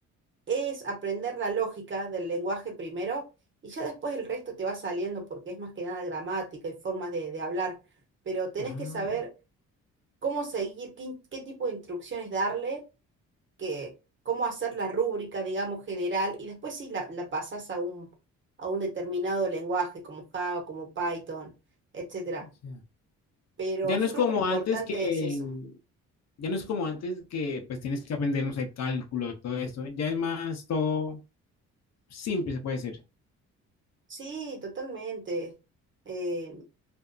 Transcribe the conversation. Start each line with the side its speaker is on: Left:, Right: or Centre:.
Right: es aprender la lógica del lenguaje primero y ya después el resto te va saliendo porque es más que nada gramática y formas de, de hablar, pero tenés
Left: Ah,
Right: que saber cómo seguir, qué, in- qué tipo de instrucciones darle, que, cómo hacer la rúbrica, digamos, general y después sí la, la pasás a un, a un determinado lenguaje como Java, como Python, etcétera.
Left: ya.
Right: Pero
Left: Ya
Right: yo
Left: no es
Right: creo
Left: como
Right: que lo importante
Left: antes que
Right: es eso.
Left: ya no es como antes que pues tienes que aprender, no sé, cálculo y todo esto. Ya es más todo simple, se puede decir.
Right: Sí, totalmente. Eh,